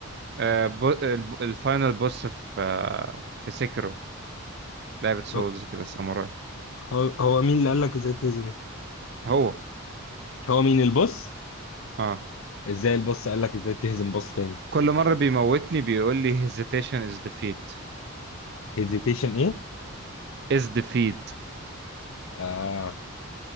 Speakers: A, on the right (about 50°); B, on the left (about 70°).
A: آه، بو- الب- الفاينل بوس في آه، في سيكرو لعبة سولز
B: هو
A: كده ساموراي
B: هو هو مين اللي قال لك ازاي تهزمه
A: هو
B: هو مين الباص
A: اه
B: ازاي الباص قال لك ازاي تهزم باص تاني
A: كل مرة بيموتني بيقول لي hesitation is defeat
B: هيزيتيشن ايه
A: is defeat
B: آه